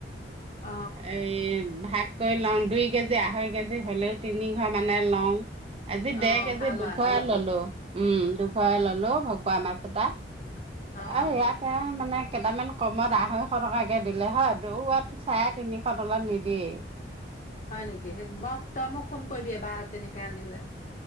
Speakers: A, on the left; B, on the right.
A: অ
B: এই ভাত। কৰি লও দুই কেজি আঢ়ৈ কেজি হলেও তিনি ঘৰ মানে লও। আজি
A: অ
B: দেৰ কেজি
A: ভাল
B: দুঘৰ
A: আ তেনেকুৱাত
B: ললো উম, দুঘৰে ললো ভকুৱা মাছ এটা।
A: অ
B: আৰু ইয়াতে মানে। কেইটামান কমত আঢ়ৈশ টকাকে দিলে হয়। চাৰে তিনিশ তলত নিদিয়েই।
A: হয় নেকি সেই মই তই মোক ফোন কৰিবি এবাৰ তেনেকে আনিলে।